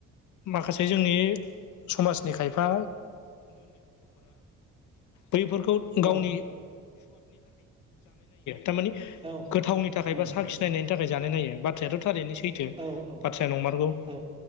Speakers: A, on the left; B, on the right.
A: माखासे जोंनि समाजनि खायफा बैफोरखौ
B: औ
A: गावनि थारमानि
B: औ
A: गोथावनि थाखाय
B: उम
A: बा साखिनायनायनि थाखाय जानायनायायो बाथ्रायाथ' थारैनो <inaudible> सैथो
B: औ औ
A: बाथ्राया नंमारगौ
B: औ